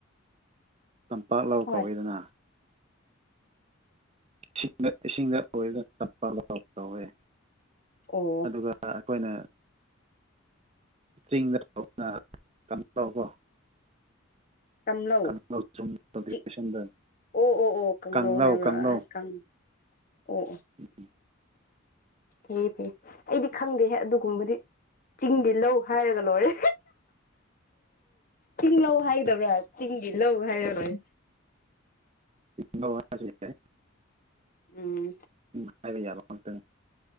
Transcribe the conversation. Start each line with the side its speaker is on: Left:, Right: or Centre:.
Right: ꯇꯝꯄꯥꯛ ꯂꯥꯎ
Left: ꯍꯣꯏ
Right: ꯀꯧꯋꯏꯗꯅ ꯏꯁꯤꯡꯗ ꯏꯁꯤꯡꯗ ꯑꯣꯏꯔꯒ ꯆꯞ ꯇꯧꯋꯦ
Left: ꯑꯣ
Right: ꯑꯗꯨꯒ ꯑꯩꯈꯣꯏꯅ ꯆꯤꯡꯗ ꯇꯧꯕꯅ ꯀꯩꯅꯣ ꯀ‌ꯣ
Left: ꯇꯝꯂꯧ
Right: ꯀꯪꯂꯥꯎ ꯖꯨꯝ ꯀꯜꯇꯤꯚꯦꯁꯟꯗ
Left: ꯆ ꯑꯣ ꯑꯣ ꯑꯣ ꯀꯪꯂꯧ
Right: ꯀꯪꯂꯥꯎ
Left: ꯍꯥꯏꯕ꯭ꯔꯥ
Right: ꯀꯪꯂꯥꯎ
Left: ꯑꯁ ꯑꯣ
Right: ꯎꯝ
Left: ꯑꯣ ꯐ ꯐꯩ ꯑꯩꯗꯤ ꯈꯪꯗꯦꯍ ꯑꯗꯨꯒꯨꯝꯕꯗꯤ ꯆꯤꯡꯗꯤ ꯂꯧ ꯍꯥꯏꯔꯒ ꯂꯣꯏꯔꯦ ꯆꯤꯡ ꯂꯧ ꯍꯥꯏꯒꯗꯕ꯭ꯔꯥ ꯆꯤꯡꯒꯤ ꯂꯧ ꯍꯥꯏꯔ ꯂꯣꯏ
Right: ꯅ <inaudible>
Left: ꯎꯝ
Right: ꯎꯝ ꯍꯥꯏꯕ ꯌꯥꯕ ꯉꯇꯪ